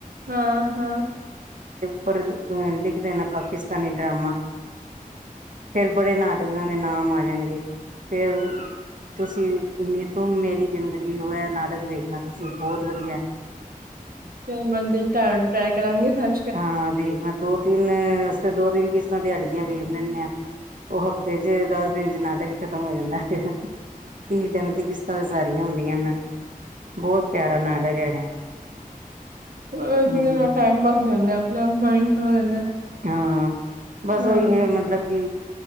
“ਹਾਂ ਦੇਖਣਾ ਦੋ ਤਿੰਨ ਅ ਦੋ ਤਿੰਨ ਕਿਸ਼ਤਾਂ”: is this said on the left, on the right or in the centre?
Right